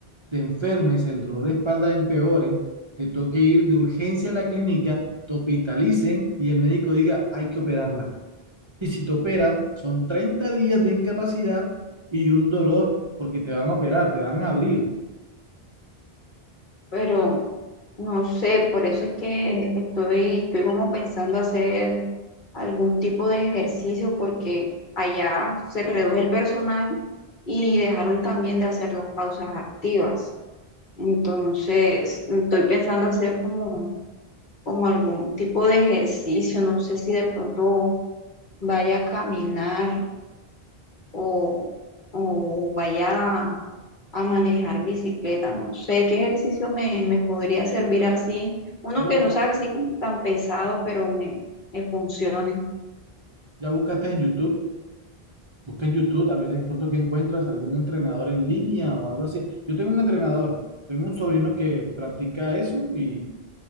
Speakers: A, on the right; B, on the left.
A: te enfermes, el dolor de espalda empeore, te toque ir de urgencia a la clínica, te hospitalicen y el médico diga, hay que operarla. Y si te operan, son 30 días de incapacidad y un dolor porque te van a operar, te van a abrir.
B: pero no sé, por eso es que estoy, estoy como pensando hacer algún tipo de ejercicio porque allá se reduce el personal y dejaron también de hacer las pausas activas. Entonces, estoy pensando hacer como, como algún tipo de ejercicio, no sé si de pronto vaya a caminar o, o vaya a, a manejar bicicleta. No sé qué ejercicio me, me podría servir así, uno
A: Ya,
B: que no
A: bu-
B: sea así como tan pesado, pero me, me funcione.
A: ya buscaste en YouTube. Busca en YouTube, a ver de pronto que encuentras algún entrenador en línea o algo así. Yo tengo un entrenador, tengo un sobrino que practica eso y